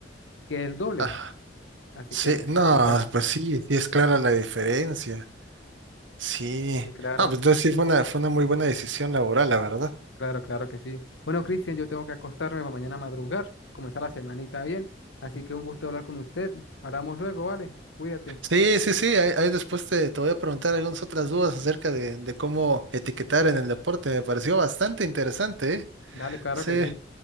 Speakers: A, on the left; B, on the right.
A: que es el doble.
B: ah,
A: Así
B: sí,
A: que siempre
B: no,
A: vale la pena.
B: pues sí, sí es clara la diferencia. Sí.
A: Sí, claro.
B: Ah, pues entonces sí fue una, fue una muy buena decisión laboral, la verdad.
A: Claro, claro que sí. Bueno, Cristian, yo tengo que acostarme para mañana madrugar, comenzar la semanita bien. Así que un gusto hablar con usted. Hablamos luego, ¿vale? Cuídate.
B: Sí, sí, sí, ahí, ahí después te, te voy a preguntar algunas otras dudas acerca de, de cómo etiquetar en el deporte. Me pareció bastante interesante, ¿eh?
A: Dale, claro
B: Sí,
A: que sí.